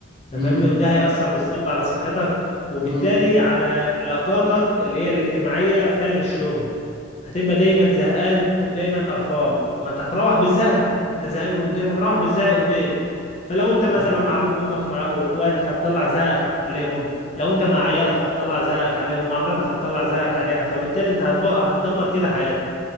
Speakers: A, on the right; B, on the left.
A: امم
B: انت فاهمني وده هيأثر بالسلب على صحتك وبالتالي
A: امم
B: على علاقاتك اللي هي الاجتماعية خارج الشغل هتبقى دايما زهقان ودايما قرفان ما انت هتروح بالزهق انت زهقان من المدير هتروح بالزهق البيت فلو انت مثلا
A: أمم.
B: مع ابوك وامك مع واخواتك هتطلع زهقك عليهم لو انت مع عيالك هتطلع زهقك عليهم مع مراتك هتطلع زهقك عليها فبالتالي انت هتبقى هتدمر كده حياتك